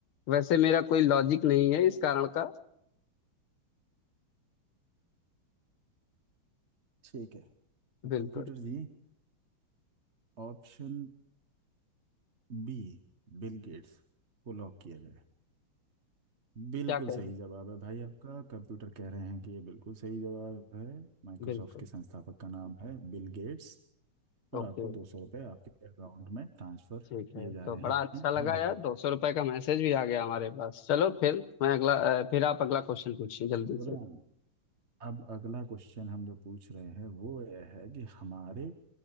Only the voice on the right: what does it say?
ठीक है तो
computer ji option B Bill Gates को लॉक किया जाए बिल्कुल
सही जवाब है भाई आपका कंप्यूटर कह रहे हैं कि ये बिल्कुल सही जवाब है माइक्रोसॉफ्ट
के संस्थापक का नाम है बिल गेट्स और
आपको दो सौ रुपये आपके अकाउंट में ट्रांसफर
किए
जा
रहे
हैं
अभी
तुरंत
अब अगला क्वेश्चन हम जो पूछ रहे हैं वो यह है कि हमारे